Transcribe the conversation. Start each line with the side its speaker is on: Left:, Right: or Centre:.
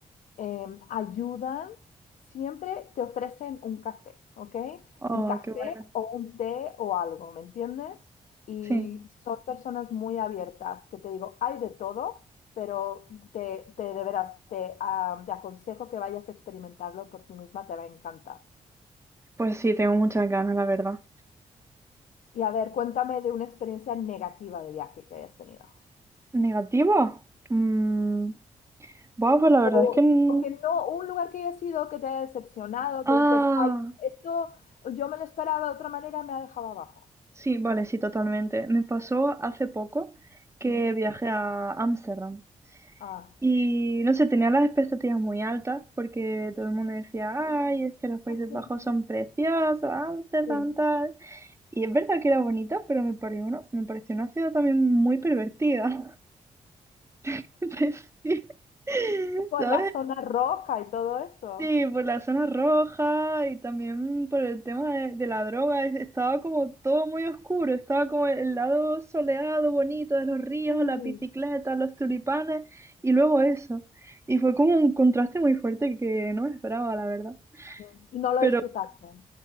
Left: eh, ayudan, siempre te ofrecen un café, ¿ok?
Right: Oh,
Left: Un café
Right: qué bueno.
Left: o un té o algo, ¿me entiendes? Y
Right: Sí,
Left: son personas muy abiertas, que te digo, hay de todo, pero te, te de veras, te, ah, te aconsejo que vayas a experimentarlo por ti misma, te va a encantar.
Right: pues sí, tengo muchas ganas, la verdad.
Left: Y a ver, cuéntame de una experiencia negativa de viaje que hayas tenido.
Right: ¿Negativa? Mm, Bueno, pues la verdad
Left: O,
Right: es que... n-
Left: o que no, un lugar que hayas ido que te haya decepcionado,
Right: Ah,
Left: que dices, ay, esto yo me lo esperaba de otra manera, me ha dejado abajo.
Right: Sí, vale, sí, totalmente. Me pasó hace poco que
Left: Ujú.
Right: viajé a Ámsterdam
Left: Ah,
Right: y no sé, tenía las expectativas muy altas porque todo el mundo decía, ay, es que los Países
Left: ah, cierto,
Right: Bajos
Left: ¿no?
Right: son preciosos, Ámsterdam
Left: Sí.
Right: tal. Y es verdad que era bonita, pero me pareció una, me pareció una ciudad también muy pervertida. <laughs> Entonces, Sí. <laughs>
Left: Y por
Right: ¿Sabes?
Left: la zona roja y todo eso.
Right: Sí, por la zona roja y también por el tema de, de la droga, es- estaba como todo muy oscuro, estaba como el lado soleado, bonito de los ríos,
Left: Sí,
Right: las bicicletas, los tulipanes y luego eso. Y fue como un contraste muy fuerte que no me esperaba, la verdad.
Left: sí. Y no lo
Right: Pero
Left: disfrutaste.